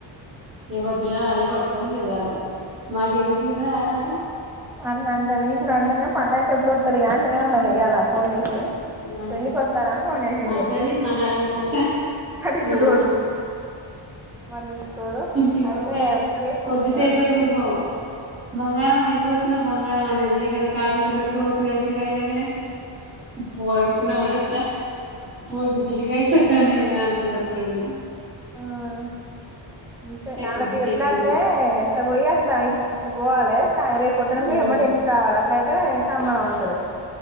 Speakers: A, on the right (about 25°); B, in the centre.
A: ఎవ్వరి పిల్ల వాళ్ళే పట్టుకొని తిరగలె మాకు ఎదికు ఇద ఆరాటం
B: అంట అంటది ఇప్పుడు అంటనే పడాక ఎప్పుడు వస్తారు అంటనే ఉన్నది ఇయాలా ఫోన్ చేసి
A: ఆ
B: పెళ్ళికి వత్తారా అని ఫోన్ చేసింది
A: అంటది మళ్ళీ అడిగిపోతే
B: పట్టించుకోదు
A: ఆ
B: పట్టించుకోదు
A: ఇంటి కొత్తే
B: అయితే రేపు
A: కొద్దిసేపే
B: ఆ
A: మురిపోవు బంగారం ఎప్పుడు వచ్చిన బంగారం అన్నది క కాళ్ళు చేతలు కడుకో పిల్సి వచ్చి రాంగానే ఫోరన్కున్నా వాడత పోగిందిసి కాయ చెతానే అది అనుకుంట వత్తది
B: ఆ అంతే అలాగే
A: కొద్దిసేపు
B: ఎట్లా
A: మురిపం
B: అంటే ఇట్లా పోయట్లా ఇప్పుడు పోవాలి త రేపోత్తడానికి
A: మ్మ్
B: ఎమ్మట ఇంటికి రావాలి అట్లయితే సంబరం ఉంటది